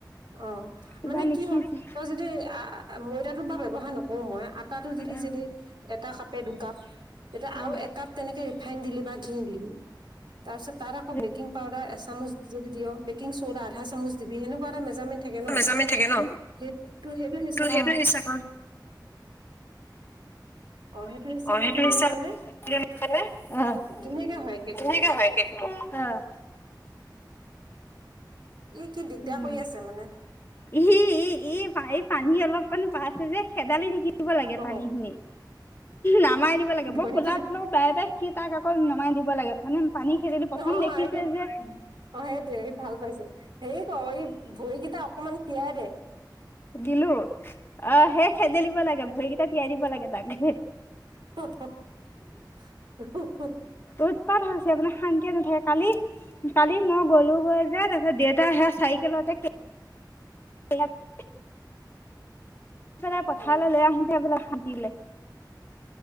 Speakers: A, on the right; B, on the left.
A: অ
B: কিবা
A: মানে
B: নিসিজে
A: কি হয় তই যদি আ ময়দাটোৰ বা ব্যৱহাৰ নকৰো মই আ টাতো দিলি
B: এ
A: যদি এটা কাপে দুকাপ আৰু
B: এ
A: একাপ তেনেকে ৰিফাইন দিলি বা ঘি দিলি তাৰপিছত তাৰ আকৌ
B: এ
A: বেকিং পাইদাৰ এচামুচ যদি দীয় বেক কিং চ'দা আধা চামুচ দিবি সেনেকুৱা এটা মেজাৰমেণ্ট থাকে ন।
B: মেজাৰমেণ্ট থাকে ন
A: সেইটো সেইটো হিচাপত
B: সেইটো হিচাপত
A: অ সেইটো হিচাপত
B: অ সেইটো
A: দিলে
B: হিচাপ
A: মানে
B: <inaudible> অহ।
A: ধুনীয়াকে হয় কেকটো
B: ধুনীয়াকে হয় কেকটো অ <inaudible>
A: ই কি দিগদাৰ
B: উম,
A: কৰি আছে মানে
B: ই এই এই পানী অলপ মানে পাইছে যে খেদালি থাকিব লাগে
A: অ
B: পানী খিনি। নামাই দিব লাগে
A: ভৰি
B: মই কোলাত
A: কেইটা
B: লও বায় বায় সি তাক আকৌ নমাই দিব লাগে মানে পানী খেদিলো প্ৰথম
A: অ সেই
B: দেখিছে যে
A: অ সেইটোৱে ভাল পাইছে হেৰি ক এই ভৰিকেইটা অকমান তিয়াইদে।
B: দিলো অ সেই খেদেলিব লাগে ভৰিকেইটা তিয়াই দিব লাগে তাকে।
A: হু হু হু হু।
B: উৎপাত হৈছে মানে শান্তিয়ে নাথাকে, কালি কালি মই গলো গৈ তাৰপিছত দেউতা সেয়া চাইকেলতে কে অলপ। <inaudible> আহ পেলাই পথাৰলৈ
A: অ
B: লৈ আহোতে বাই হাগিলে।